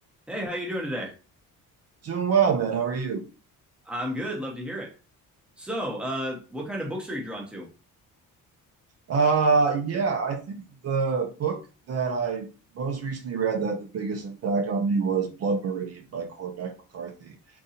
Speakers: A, in the centre; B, on the right.
A: Hey, how you doing today?
B: Doing well, man. How are you?
A: I'm good. Love to hear it. So, uh, what kind of books are you drawn to?
B: Uh, yeah, I think the book that I most recently read that had the biggest impact on me was Blood Meridian by Cormac McCarthy.